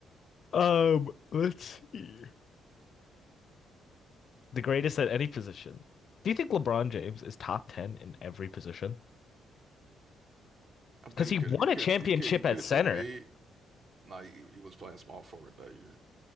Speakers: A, on the left; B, on the right.
A: Um, let's see. The greatest at any position. Do you think LeBron James is top 10 in every position?
B: I think
A: Because
B: you
A: he
B: could,
A: won
B: you could,
A: a championship
B: you could, you could
A: at center.
B: debate. Nah, he, he was playing small forward that year.